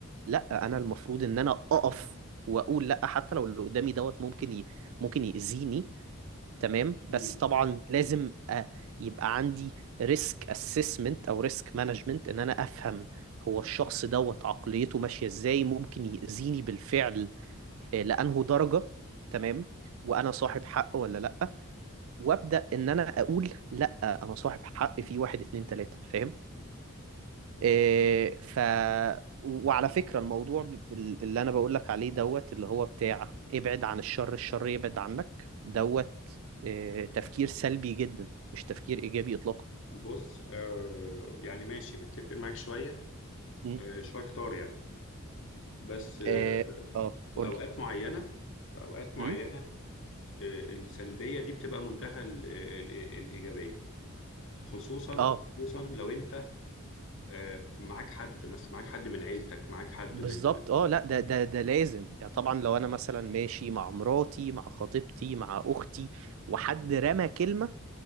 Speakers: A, on the right (about 65°); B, on the left (about 65°).
A: لا انا المفروض ان انا اقف واقول لا حتى لو اللي قدامي دوت ممكن ي... ممكن يأذيني تمام بس
B: مم.
A: طبعا لازم أ... يبقى عندي ريسك اسسمنت او ريسك مانجمنت ان انا افهم هو الشخص دوت عقليته ماشية ازاي ممكن يأذيني بالفعل آه، لأنه درجة تمام وأنا صاحب حق ولا لأ وأبدأ إن أنا أقول لأ أنا صاحب حق في واحد اتنين تلاتة فاهم آه، ف وعلى فكرة الموضوع ب- اللي أنا بقول لك عليه دوت اللي هو بتاع ابعد عن الشر الشر يبعد عنك دوت آه، تفكير سلبي جدا مش تفكير إيجابي إطلاقا
B: بص آه يعني ماشي متفق معاك شويه
A: مم.
B: آه شويه كتار يعني بس آه
A: اه آه،
B: في
A: قولي
B: اوقات معينه في اوقات معينه
A: مم؟
B: آه السلبيه دي بتبقى منتهى ال- ال- الايجابيه خصوصا
A: اه
B: خصوصا لو انت آه معاك حد مثلا معاك حد من عيلتك معاك حد
A: بالظبط
B: من
A: اه لا ده ده ده لازم يعني طبعا لو انا مثلا ماشي مع مراتي مع خطيبتي مع اختي وحد رمى كلمه